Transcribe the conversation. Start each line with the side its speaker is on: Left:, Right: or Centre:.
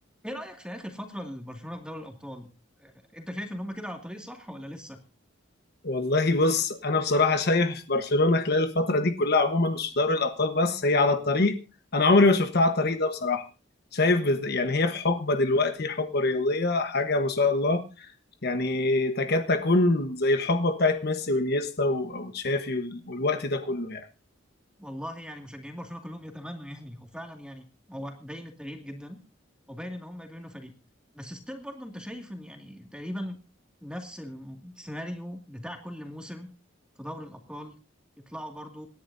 Centre: ايه رأيك في آخر فترة لبرشلونة في دوري الأبطال؟ آه، انت شايف ان هم كده على الطريق صح ولا لسه؟
Left: والله بص انا بصراحه شايف برشلونه خلال الفتره دي كلها عموما مش في دوري الابطال بس هي على الطريق انا عمري ما شفتها على الطريق ده بصراحه شايف بز... يعني هي في حقبه دلوقتي حقبه رياضيه حاجه ما شاء الله يعني تكاد تكون زي الحقبه بتاعت ميسي وانيستا و- وتشافي وال- والوقت ده كله يعني
Centre: والله يعني مشجعين برشلونة كلهم يتمنوا يعني وفعلا يعني هو باين التغيير جدا وباين ان هم بيبنوا فريق بس ستيل برضه انت شايف ان يعني تقريبا نفس السيناريو بتاع كل موسم في دوري الأبطال يطلعوا برضه